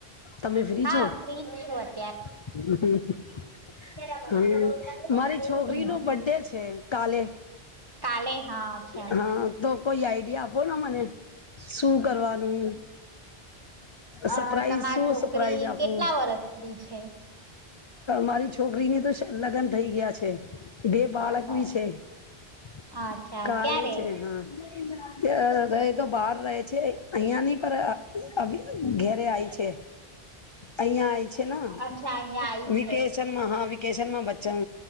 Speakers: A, on the left; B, on the right.
A: તમે ફ્રી
B: હા,
A: છો
B: ફ્રીજ છું અત
A: <unintelligible>
B: રમાડું
A: હમ,
B: તું રોજ રમે
A: મારી
B: છે ને
A: છોકરીનો
B: એવું
A: બડે છે કાલે
B: કાલે હા અચ્છા
A: હમ, તો કોઈ આઈડિયા આપો ને શું કરવાનું સરપ્રાઈઝ
B: અ તમાર
A: શું
B: છોકરી
A: સરપ્રાઈઝ આપું.
B: કેટલા વર્ષની છે
A: મારી છોકરીને તો <unintelligible> લગ્ન થઈ ગયા છે. બે બાળક
B: અચ્છા
A: બી છે <inaudible>
B: અચ્છા
A: કાલે
B: ક્યાં રે
A: છે. <unintelligible> એતો બહાર રહે છે અહિયાંની <unintelligible> ઘેરે આય છે અહિયાં આય છે. <unintelligible>
B: અચ્છા અહિયાં આઈ
A: વિકેશન
B: છે
A: મહાવિ વકેશનમાં બચ્ચા